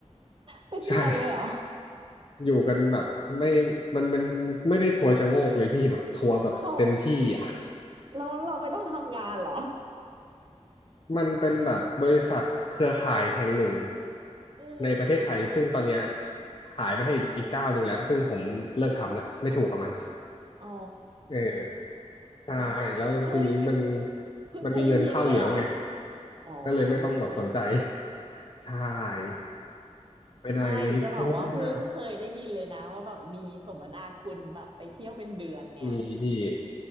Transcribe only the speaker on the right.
เป็นเดือนเลยเหรอ
เขาเราเราไม่ต้องทำงานเหรอ
อืม
อ๋อ
เฮ้ยเพิ่งเคยได้ยินเลยอ่ะ
อ๋อไอซี
ไม่จะบอกว่าเพิ่งเคยได้ยินเลยนะว่าแบบมีสมนาคุณแบบไปเที่ยวเป็นเดือนเนี่ย